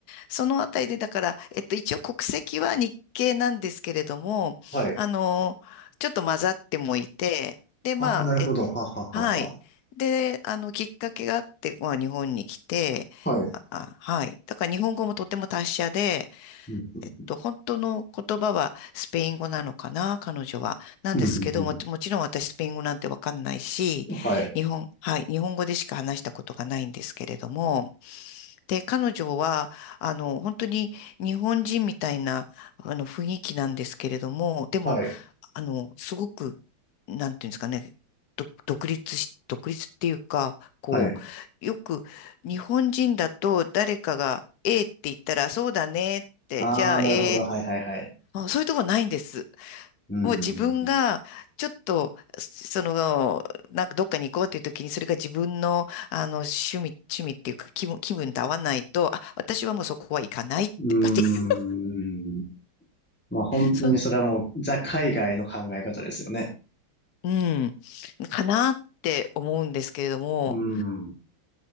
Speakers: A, on the left; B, in the centre.
A: そのあたりで、だから、えっと、一応国籍は日系なんですけれども、
B: はい。
A: あの、ちょっと混ざってもいて、で、まあ、
B: ああ、なるほど。
A: え、
B: ははは
A: はい。で、あの、きっかけがあって、まあ、日本に来て、
B: は。はい。
A: あ、あはい。だから日本語もとても達者で、
B: うん、
A: えっと、本当の言葉はスペイン語なのかな、彼女は。なんですけども、
B: うん、うん、
A: もちろん私スペイン語なんてわかんないし、
B: うんはい。
A: 日本、はい、日本語でしか話したことがないんですけれども、で、彼女は、あの、本当に日本人みたいな、あの、雰囲気なんですけれども、でも、
B: はい。
A: あの、すごく、なんていうんですかね、ど独立し、独立っていうか、こう、
B: はい。
A: よく日本人だと誰かが、ええって言ったら、そうだねって、
B: ああ、
A: じゃあ、
B: なるほど。
A: ええ
B: はいはいはい。
A: あそういうとこないんです。
B: うん、
A: もう自分が、
B: うん、うん。うん
A: ちょっと、その、なんかどっかに行こうっていう時に、それが自分の、あの、趣味、趣味っていうか、気分、気分と合わないと、あ、私はもうそこは行かないって、
B: うーん。
A: <laughs>
B: まあ本当にそれはもうザ海外の考え方ですよね。
A: そう、<laughs> うん、かなって思うんですけれども、
B: うん。